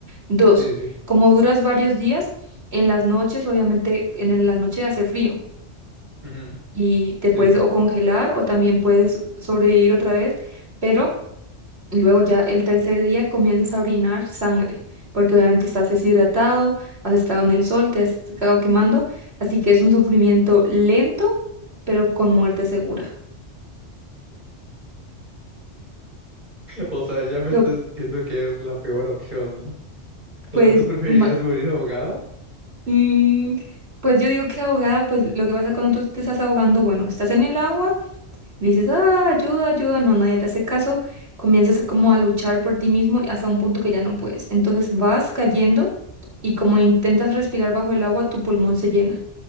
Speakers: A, on the right; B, on the right.
A: Dos,
B: Sí, sí.
A: como duras varios días, en las noches, obviamente en en la noche hace frío.
B: Ujú,
A: Y te puedes
B: Sí, sí.
A: o congelar o también puedes sobrevivir otra vez, pero y Luego ya el tercer día comienzas a orinar sangre, porque obviamente estás deshidratado, has estado en el sol, te has estado quemando, así que es un sufrimiento lento, pero con muerte segura.
B: O sea, ya me
A: Yo,
B: estás diciendo que es la peor opción, ¿no? O
A: pues,
B: sea, ¿tú preferirías
A: ma-
B: morir ahogada?
A: mm, pues yo digo que ahogada, pues lo que pasa cuando tú te estás ahogando, bueno, estás en el agua, y dices, ah, ayuda, ayuda, no, nadie te hace caso, comienzas como a luchar por ti mismo hasta un punto que ya no puedes. Entonces vas cayendo y como intentas respirar bajo el agua, tu pulmón se llena.